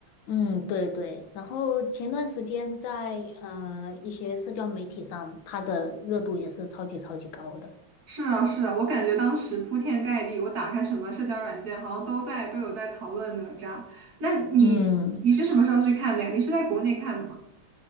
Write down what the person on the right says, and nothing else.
是啊，是啊，我感觉当时铺天盖地，我打开什么社交软件，好像都在都有在讨论哪吒。那你你是什么时候去看的呀？
你是在国内看的吗？